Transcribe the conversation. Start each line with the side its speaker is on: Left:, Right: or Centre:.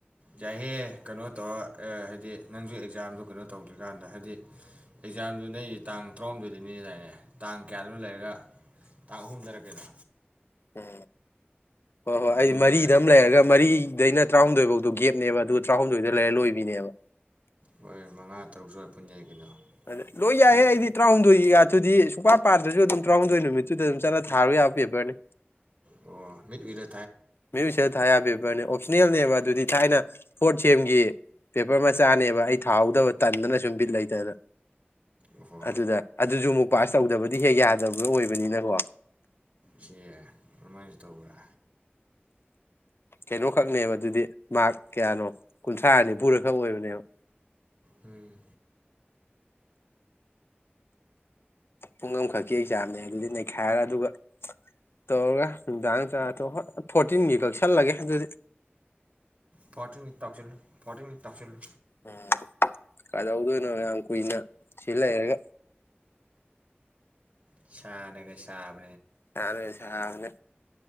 Right: ꯌꯥꯏꯍꯦ ꯀꯅꯣ ꯇꯧꯔ ꯑꯥ ꯍꯥꯏꯗꯤ ꯅꯪꯖꯨ ꯑꯦꯛꯖꯥꯝꯗꯨ ꯀꯩꯅꯣ ꯇꯧꯗ꯭ꯔꯤꯀꯥꯟꯗ ꯍꯥꯏꯗꯤ ꯑꯦꯛꯖꯥꯝꯗꯨ ꯅꯩ ꯇꯥꯡ ꯇꯔꯥꯍꯨꯝꯗꯣꯏꯗꯩꯅꯦ ꯗꯥꯏꯅꯦ꯫ ꯇꯥꯡ ꯀꯌꯥꯗꯨꯅ ꯂꯩꯔꯒ ꯇꯥꯡ ꯑꯍꯨꯝꯗꯔ ꯑꯗꯨꯅꯣ
Left: ꯎꯝ ꯍꯣꯏ ꯍꯣꯏ
Right: ꯑꯗꯨ
Left: ꯑꯩ
Right: ꯂꯣꯏꯔ
Left: ꯃꯔꯤꯗ ꯑꯃ ꯂꯩꯔꯒ ꯃꯔꯤꯗꯩꯅ ꯇꯔꯥꯍꯨꯝꯗꯣꯏꯐꯧꯗꯣ ꯒꯦꯞꯅꯦꯕ ꯑꯗꯨꯒ ꯇꯔꯥꯍꯨꯝꯗꯣꯏꯗ ꯂꯩꯔ ꯂꯣꯏꯕꯤꯅꯦꯕ
Right: ꯍꯣꯏ ꯃꯉꯥ ꯇꯔꯨꯛ ꯁꯋꯥꯏ ꯄꯨꯟꯖꯩ ꯀꯩꯅꯣ
Left: ꯑꯗ ꯂꯣꯏꯦ
Right: ꯃꯠ
Left: ꯏ ꯇ꯭ꯔ ꯑꯗꯨꯗꯤ ꯁꯨꯡꯄꯥꯟ ꯄꯥꯟꯗ꯭ꯔꯁꯨ ꯑꯗꯨꯝ ꯇꯔꯥꯍꯨꯝꯗꯣꯏ ꯅꯨꯃꯤꯠꯇꯨꯗ ꯑꯗꯨꯝ ꯆꯠꯂ ꯊꯥꯔꯨ ꯌꯥꯕ ꯄꯦꯕꯔꯅꯤ
Right: ꯑꯣ ꯃꯤꯠ ꯎꯔ
Left: ꯃꯁ ꯊꯥꯏꯤꯕ ꯄꯔꯁꯅꯦꯜꯅꯦꯕ ꯑꯗꯨꯗꯤ ꯊꯥꯏꯅ ꯐꯣꯔꯠ ꯁꯦꯝꯒꯤ ꯄꯦꯄꯔ ꯃꯆꯥꯅꯦꯕ ꯑꯩ ꯊꯥꯍꯧꯗꯕ ꯇꯟꯗꯅ ꯁꯨꯝ ꯕꯤꯠ ꯂꯩꯇꯅ
Right: ꯑꯣꯍꯣ
Left: ꯑꯗꯨꯗ ꯑꯗꯨꯁꯨꯨ ꯄꯥꯁ ꯇꯧꯗꯕꯗꯤ ꯍꯦꯛ ꯌꯥꯗꯕ ꯑꯣꯏꯕꯅꯤꯅꯀꯣ
Right: ꯁꯤ ꯑꯗꯨꯃꯥꯏꯅꯁꯨ ꯇꯧꯕ꯭ꯔꯥ
Left: ꯀꯩꯅꯣꯈꯛꯅꯦꯕ ꯑꯗꯨꯗꯤ ꯃꯥꯔ ꯀꯌꯥꯅꯣ ꯀꯨꯟꯊ꯭ꯔꯥ ꯅꯤꯐꯨꯔꯈꯛ ꯑꯣꯏꯕꯅꯦꯕ
Right: ꯎꯝ
Left: ꯄꯨꯡ ꯑꯃꯈꯛꯀꯤ ꯑꯦꯛꯖꯥꯝꯅꯦ ꯑꯗꯨꯗꯤ ꯅꯩꯈꯥꯏꯔ ꯑꯗꯨꯒ ꯇꯧꯔꯒ ꯅꯨꯡꯗꯥꯡ ꯆꯥꯊꯣꯛꯑ ꯍꯣꯏ ꯐꯣꯔꯇꯤꯟꯒꯤ ꯀꯛꯁꯜꯂꯒꯦ ꯑꯗꯨꯗꯤ
Right: ꯐꯣꯔꯇꯤꯟꯒꯤ ꯇꯧꯁꯜꯂꯨ ꯐꯣꯔꯇꯤꯟꯒꯤ ꯇꯧꯁꯜꯂꯨ꯫
Left: ꯎꯝ ꯀꯩꯗꯧꯗꯣꯏꯅꯣ ꯌꯥꯝ ꯀꯨꯏꯅ ꯁꯤ ꯂꯩꯔꯒ꯫
Right: ꯁꯥꯅꯒ ꯁꯥꯥꯕ
Left: ꯁꯥꯅ ꯁꯥꯕꯅꯦ꯫